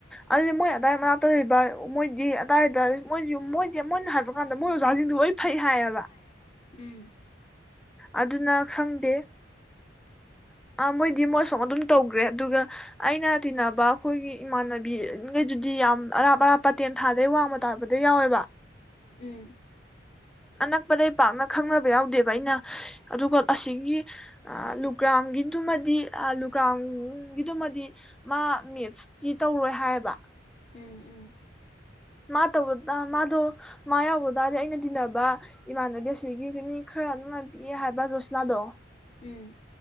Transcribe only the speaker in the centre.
ꯑꯗꯨꯗꯤ ꯃꯣꯏ ꯑꯗꯥꯏ ꯃꯅꯥꯛꯇ ꯂꯩꯕ ꯃꯣꯏꯗꯤ ꯑꯗꯥꯏꯗ ꯃꯣꯏ ꯃꯣꯏꯗꯤ ꯃꯣꯏꯅ ꯍꯥꯏꯕ ꯀꯥꯟꯗ ꯃꯣꯏ ꯑꯣꯖꯥꯁꯤꯡꯗꯨ ꯍꯣꯏ ꯐꯩ ꯍꯥꯏꯑꯕ
ꯑꯗꯨꯅ ꯈꯪꯗꯦ ꯃꯣꯏꯗꯤ ꯃꯣꯏ ꯑꯁꯨꯝ ꯑꯗꯨꯝ ꯇꯧꯈ꯭ꯔꯦ ꯑꯗꯨꯒ ꯑꯩꯅ ꯇꯤꯟꯅꯕ ꯑꯩꯈꯣꯏꯒꯤ ꯏꯃꯥꯟꯅꯕꯤꯈꯩꯗꯨꯗꯤ ꯌꯥꯝ ꯑꯔꯥꯞ ꯑꯔꯥꯞꯄ ꯇꯦꯟꯊꯥꯗꯩ ꯋꯥꯡꯃ ꯇꯥꯕꯗꯩꯩ ꯌꯥꯎꯋꯦꯕ
ꯑꯅꯛꯄꯗꯩꯩ ꯄꯥꯛꯅ ꯈꯪꯅꯕ ꯌꯥꯎꯗꯦꯕ ꯑꯩꯅ ꯑꯗꯨꯒ ꯑꯁꯤꯒꯤ ꯂꯨꯒ꯭ꯔꯥꯝꯒꯤꯕꯗꯨꯃꯗꯤ ꯂꯨꯒ꯭ꯔꯥꯝꯒꯤꯗꯨꯃꯗꯤ ꯃꯥ ꯃꯦꯠꯁꯇꯤ ꯇꯧꯔꯣꯏ ꯍꯥꯏꯌꯦꯕ
ꯃꯥ ꯇꯧ ꯃꯥꯗꯣ ꯃꯥ ꯌꯥꯎꯗ ꯇꯥꯔꯗꯤ ꯑꯩꯅ ꯇꯤꯟꯅꯕ ꯏꯃꯥꯟꯅꯕꯤ ꯑꯁꯤꯒꯤ ꯃꯤ ꯈꯔ ꯑꯃ ꯄꯤꯛꯑꯦ ꯍꯥꯏꯕ ꯖꯣꯁꯤꯂꯥꯗꯣ